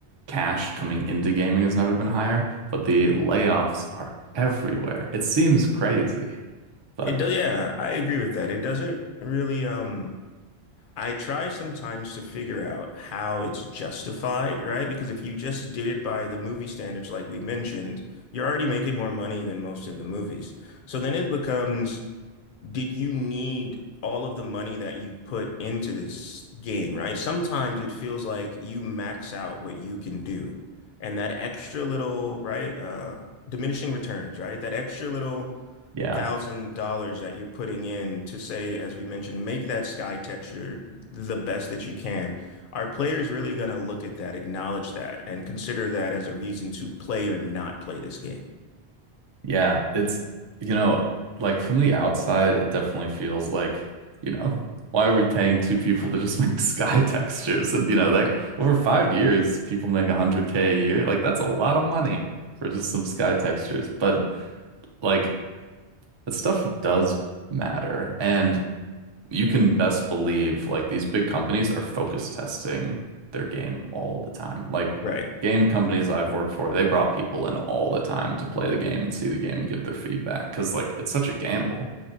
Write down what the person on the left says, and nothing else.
It does. yeah, I agree with that. It doesn't really um I try sometimes to figure out how it's justified, right? Because if you just did it by the movie standards, like we mentioned, you're already making more money than most of the movies. So then it becomes, did you need all of the money that you put into this game, right? Sometimes it feels like you max out what you can do. And that extra little, right, uh, diminishing returns, right? That extra little
thousand dollars that you're putting in to say, as we mentioned, make that sky texture the best that you can, are players really going to look at that, acknowledge that, and consider that as a reason to play or not play this game?
Right.